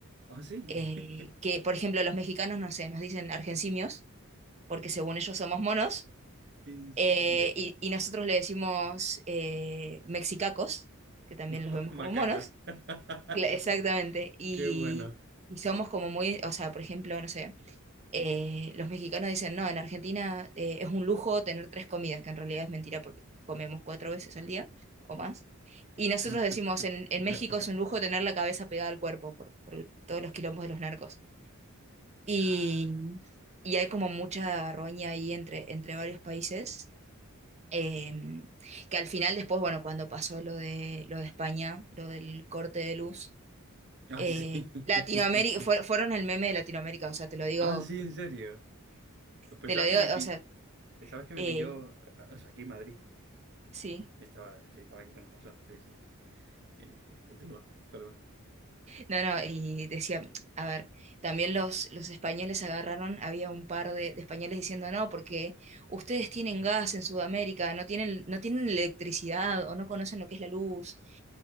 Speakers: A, on the right (about 55°); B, on the right (about 30°).
A: Ah, sí.
B: eh,
A: <laughs>
B: que por ejemplo los mexicanos, no sé, nos dicen argencimios porque según ellos somos monos.
A: En serio,
B: Eh, y,
A: tío.
B: y nosotros le decimos eh, mexicacos, porque también
A: <laughs>
B: los vemos
A: Macacos.
B: como monos.
A: <laughs>
B: Cla- Exactamente. Y,
A: Qué bueno.
B: y somos como muy, o sea, por ejemplo, no sé, eh, los mexicanos dicen, no, en Argentina eh, es un lujo tener tres comidas, que en realidad es mentira porque comemos cuatro veces al día o más. Y nosotros
A: <laughs>
B: decimos, en, en México es un lujo tener la cabeza pegada al cuerpo por, por todos los quilombos de los narcos. Y,
A: Ya.
B: y hay como mucha roña ahí entre, entre varios países. Eh, que al final después, bueno, cuando pasó lo de, lo de España, lo del corte de luz,
A: Ah,
B: eh,
A: sí. <laughs>
B: Latinoamérica, fue- fueron el meme de Latinoamérica, o sea, te lo digo,
A: Ah, sí, en serio. Pues
B: te
A: sabes
B: lo digo,
A: que me pi...
B: o sea,
A: sabes que me
B: eh,
A: pilló, o sea, aquí en Madrid.
B: sí,
A: Estaba, sí, estaba aquí cuando pasó. Sí, sí. Eh, continúa, perdón.
B: no, no, y decía, a ver, también los, los españoles agarraron, había un par de, de españoles diciendo, no, porque ustedes tienen gas en Sudamérica, no tienen, no tienen electricidad o no conocen lo que es la luz.